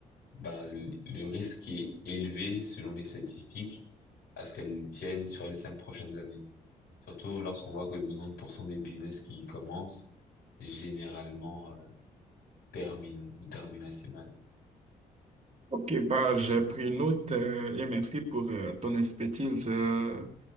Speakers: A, on the left (about 50°); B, on the right (about 30°).
A: ben, le le risque est élevé selon les statistiques à ce qu'elles tiennent sur les cinq prochaines années. Surtout lorsqu'on voit que 90% des business qui commencent, généralement, euh, terminent ou terminent assez mal.
B: Ok, bah, j'ai pris note euh, et merci pour euh, ton expertise. euh,